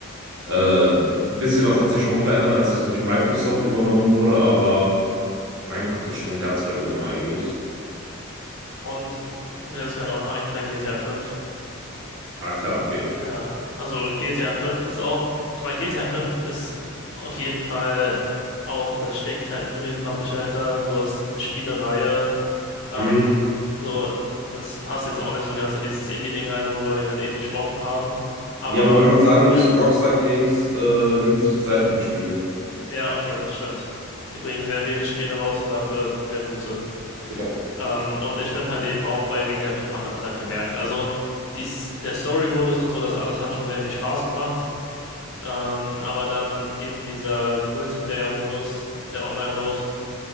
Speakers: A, on the right (about 60°); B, on the left (about 65°).
A: Äh, bisschen was hat sich schon verändert, als es durch Microsoft übernommen wurde, aber Minecraft ist schon ganz weit oben eigentlich.
B: Und mir ist gerade auch noch eingefallen, GTA 5.
A: Ah, klar, okay.
B: Ja, also GTA 5 ist auch, ich meine, GTA 5 ist auf jeden Fall auch, das steckt halt ein riesen Publisher hinter, so ist eine Spielereihe, ähm,
A: Mhm.
B: so, das passt jetzt auch nicht so ganz in dieses Indie-Ding rein, worüber wir gerade eben gesprochen haben, aber
A: Ja, wobei man sagen
B: für,
A: muss, Rockstar Games äh, nimmt sich Zeit für die Spiele.
B: ja, okay, das stimmt. Die bringen sehr wenig Spiele raus und dafür sehr gute.
A: Ja,
B: Ähm, und ich finde halt eben auch bei GTA 5 hat man das halt gemerkt. Also dies, der Story-Modus und so, das alles hat schon sehr viel Spaß gemacht. Ähm, aber dann eben dieser Multiplayer-Modus, der Online-Mode,